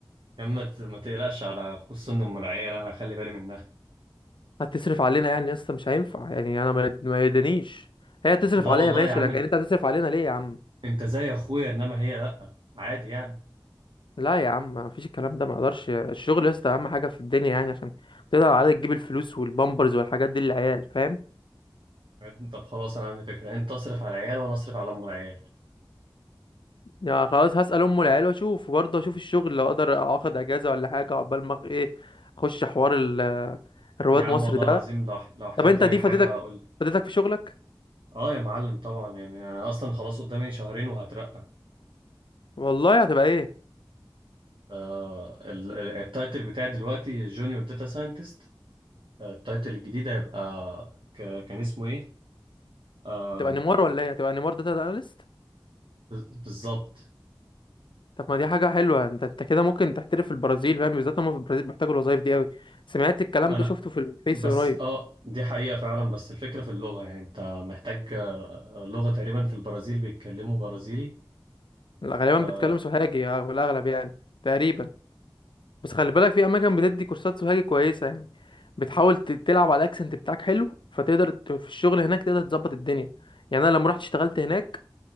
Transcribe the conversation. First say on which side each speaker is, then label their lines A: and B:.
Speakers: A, on the right (about 70°); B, on the left (about 65°).
A: يا عم ما ت- ما تقلقش على خصوصا ام العيال انا هخلي بالي منها
B: هتصرف علينا يعني يا اسطى مش هينفع يعني انا ما ما يدنيش هي تصرف
A: لا
B: عليا
A: والله
B: ماشي
A: يا عم
B: لكن انت هتصرف علينا ليه يا عم
A: انت زي اخويا انما هي لا عادي يعني
B: لا يا عم ما فيش الكلام ده ما اقدرش الشغل يا اسطى اهم حاجه في الدنيا يعني عشان تقدر على تجيب الفلوس والبامبرز والحاجات دي للعيال فاهم
A: بعدين طب خلاص انا عندي فكره انت اصرف على العيال وانا اصرف على ام العيال
B: يا خلاص هسال ام العيال واشوف وبرضه اشوف الشغل لو اقدر اخد اجازه ولا حاجه عقبال ما ايه اخش حوار ال- الرواد
A: يا عم
B: مصر
A: والله
B: ده
A: العظيم لو احت- لو احتجت
B: طب انت
A: اي
B: دي
A: حاجه
B: فاتتك
A: قول لي
B: فاتتك في شغلك
A: اه يا معلم طبعا يعني انا اصلا خلاص قدامي شهرين وهترقى
B: والله هتبقى ايه
A: آه ال- ال- التايتل بتاعي دلوقتي جونيور داتا ساينتست التايتل الجديد هيبقى ك- كان اسمه ايه آه
B: هتبقى نيمار ولا ايه هتبقى نيمار داتا اناليست
A: بالظبط
B: طب ما دي حاجه حلوه انت انت كده ممكن تحترف في البرازيل فاهم بالذات هم في البرازيل بيحتاجوا الوظايف دي قوي سمعت الكلام
A: انا
B: ده شفته في الفيس
A: بس
B: قريب
A: اه دي حقيقه فعلا بس الفكره في اللغه يعني انت محتاج آه، آه، لغه تقريبا في البرازيل بيتكلموا برازيلي
B: لا، غالبا
A: آه
B: بتكلم سوهاجي آه، في الاغلب يعني تقريبا بس خلي بالك في اماكن بتدي كورسات سوهاجي كويسه يعني بتحاول ت- تلعب على الاكسنت بتاعك حلو فتقدر ت- في الشغل هناك تقدر تظبط الدنيا يعني انا لما رحت اشتغلت هناك